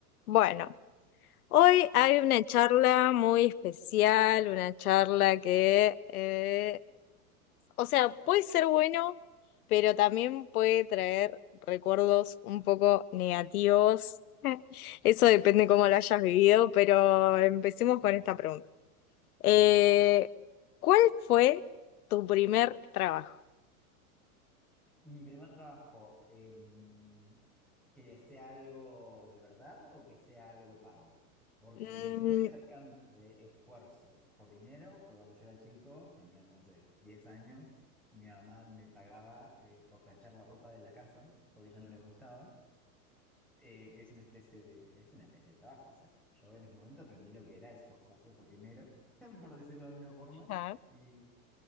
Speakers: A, on the left (about 75°); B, in the centre.
A: Bueno, hoy hay una charla muy especial, una charla que, eh, o sea, puede ser bueno, pero también puede traer recuerdos un poco negativos. <laughs> Eso depende cómo lo hayas vivido, pero empecemos
B: Bien,
A: con esta pregunta. Eh,
B: a ver.
A: ¿cuál fue tu primer trabajo?
B: Mi primer trabajo, em, que sea algo de verdad o que sea algo pago. Porque
A: Mm,
B: mi primer intercambio de esfuerzo por dinero fue cuando yo era chico, tenía, no sé, 10 años, y mi mamá me pagaba eh, por planchar la ropa de la casa, porque a ella no le gustaba. eh, que es una especie de, es una especie de trabajo. O sea, yo en ese momento aprendí lo que era esforzarse por dinero, <laughs> por decirlo de alguna forma,
A: ajá,
B: y,